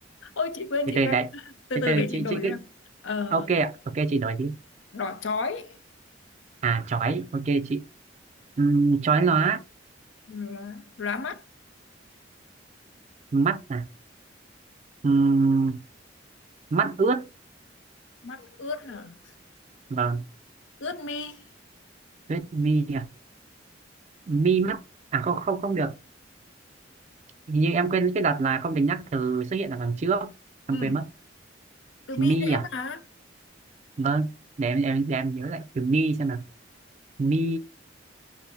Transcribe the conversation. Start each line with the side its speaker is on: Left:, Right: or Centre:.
Left: ôi chị quên,
Right: từ
Left: chị
Right: từ
Left: quên.
Right: đấy
Left: Từ
Right: từ
Left: từ
Right: từ
Left: để chị
Right: chị
Left: đổi
Right: chị
Left: cho
Right: cứ
Left: em. Ờ,
Right: ok ạ ok chị nói đi
Left: đỏ chói,
Right: à chói ok chị Ừm, chói lóa
Left: lá, lá mắt,
Right: mắt à Ừm, mắt ướt
Left: mắt ướt hả?
Right: vâng
Left: Ướt mi.
Right: ướt mi à mi mắt à không không không được hình như em quên cái đợt là không được nhắc từ xuất hiện ở phần trước em
Left: Ừ.
Right: quên mất
Left: Tường
Right: mi
Left: My dễ
Right: à
Left: mà
Right: vâng để em em, để em nhớ lại từ mi xem nào mi